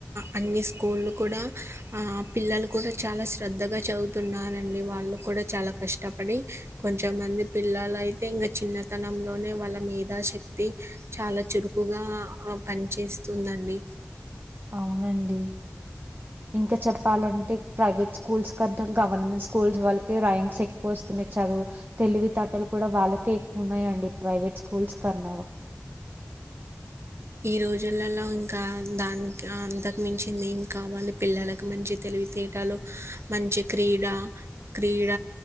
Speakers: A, on the right; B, on the right.
A: అన్ని స్కూళ్ళు కూడా ఆ పిల్లలు కూడా చాలా శ్రద్ధగా చదువుతున్నారండి వాళ్ళు కూడా చాలా కష్టపడి కొంచెమంది పిల్లలు అయితే ఇంకా చిన్నతనంలోనే వాళ్ళ మేధాశక్తి చాలా చురుకుగా పనిచేస్త వస్తుందండి
B: అవునండి ఇంకా చెప్పాలంటే ప్రైవేట్ స్కూల్స్ కన్నా గవర్నమెంట్ స్కూల్స్ వాళ్ళకే ర్యాంక్స్ ఎక్కువ వస్తున్నాయి చదు తెలివి తాటలు కూడా వాళ్ళకే ఎక్కువ ఉన్నాయంండి ప్రైవేట్ స్కూల్స్ కన్నా
A: ఈ రోజులలో ఇంకా దానికి అంతకు మించిందెం కావాలి పిల్లలకు మంచి తెలివితేటలు మంచి క్రీడ క్రీడ